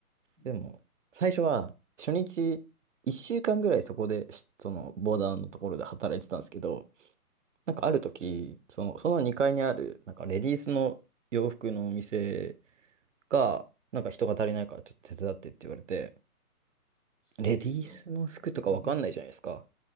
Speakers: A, in the centre; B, on the right.
A: うん。
B: でも、最初は、初日、1週間ぐらいそこで、しその、ボーダーのところで働いてたんですけど、なんかある時、その、その2階にある、なんか、レディースの洋服のお店が、なんか人が足りないから、ちょっと手伝ってって言われて、
A: レディースの。
B: レディースの服とかわかんないじゃないですか。
A: <laughs>